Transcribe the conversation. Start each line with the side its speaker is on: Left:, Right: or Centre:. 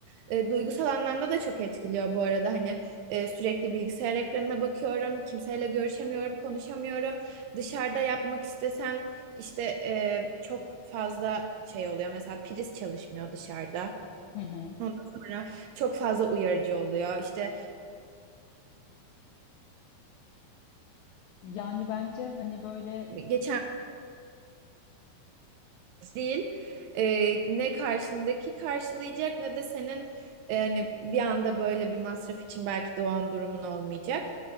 Right: E, duygusal anlamda da çok etkiliyor bu arada. Hani e, sürekli bilgisayar ekranına bakıyorum. Kimseyle görüşemiyorum, konuşamıyorum. Dışarıda yapmak istesen işte e, çok fazla şey oluyor. Mesela priz çalışmıyor dışarıda.
Left: hı hı.
Right: Ondan sonra çok fazla uyarıcı oluyor. İşte
Left: Yani bence hani böyle...
Right: geçen değil. Ee, ne karşındaki karşılayacak ne de senin e, hani bir anda böyle bir masraf için belki doğan durumun olmayacak.